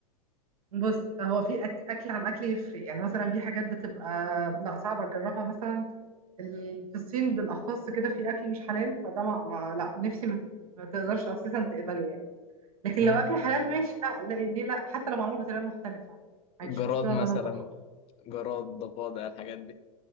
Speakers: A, on the right (about 75°); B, on the left (about 30°).
A: بص هو في أك... اكل عن اكل يفرق يعني مثلا في حاجات بتبقى لا صعبه اجربها مثلا ال- في الصين بالاخص كده في اكل مش حلال فده ما... ما... لا نفسي ما... ما تقدرش اساسا تقبله يعني لكن
B: مم.
A: لو اكل حلال ماشي لا لا ليه لا حتى لو معمول بطريقه مختلفه ما عنديش
B: جراد
A: مشكله
B: مثلا
A: ان انا اجربه
B: جراد ضفادع الحاجات دي